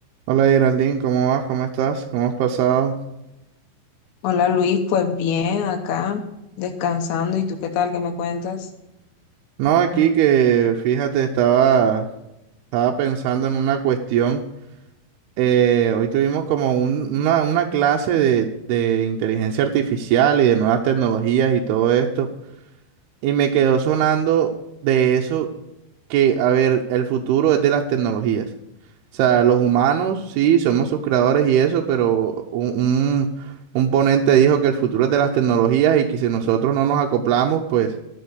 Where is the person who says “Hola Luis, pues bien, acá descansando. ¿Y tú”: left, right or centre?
Left